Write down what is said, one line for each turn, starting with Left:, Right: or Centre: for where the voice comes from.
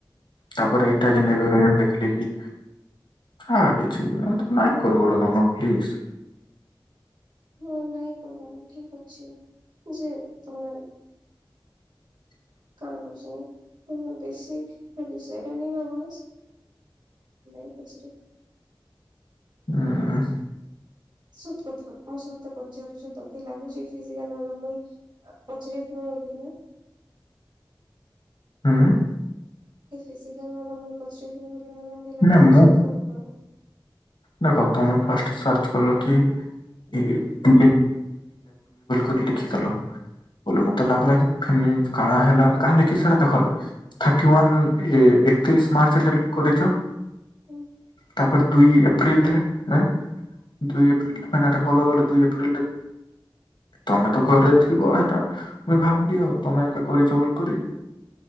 Left: ତାପରେ ଏଇଟା <unintelligible> ଦେଖିଲି। ହଁ କିଛି <unintelligible> ପ୍ଲିଜ୍
Right: ହଁ ନାଇଁ <unintelligible> ଠିକ ଅଛି ଯେ ତମେ
Left: <inaudible>
Right: କଣ <unintelligible> ତ ମୁଁ ବେଶୀ ବିଷୟରେ ନେଇ ଭାବ <unintelligible>
Left: ହୁଁ ହୁଁ।
Right: ସତ କଥା ମୁଁ ସତେ ପଚାରୁଛି ତମ କି ଲାଗୁଛି ଫିଜିକାଲ ବାଲା ମୁଇଁ ପଚା <unintelligible> ବୋଲିକି ନା <unintelligible>
Left: ହୁଁ।
Right: ଫିଜିକାଲ ବାଲା ମୁଁଇ ପଚାରଥିବି <unintelligible> ବୋଲିି ତମ କି ଲାଗୁଛି
Left: ନା ମୁଁ
Right: ସତ କଥା କହିବ?
Left: ଦେଖ ତମେ ଫାଷ୍ଟ ସାର୍ଚ୍ଚ କଲ କି <unintelligible> କରି ଲେଖିଥିଲ। ମତେ ଲାଗିଲା କି ଫେନି କାଣା ହେଲା କାଁଲେ କି ସେଇଟା ଦେଖ ଥାର୍ଟି ୱନ୍ ଏ ଏକତିରିଶ ମାର୍ଚ୍ଚରେ କରିଚ।
Right: ହୁଁ।
Left: ତାପରେ ଦୁଇ ଏପ୍ରିଲରେ ଦୁଇ ଏପ୍ରିଲଟା କଲା <unintelligible> ଦୁଇ ଏପ୍ରିଲରେ ତମେ ତ ଘରେ ଥିବ ସେଟା ମୁଁ ଭାବିଲି ଆଉ ତମେ ଏକା କରିଚ ବୋଲି।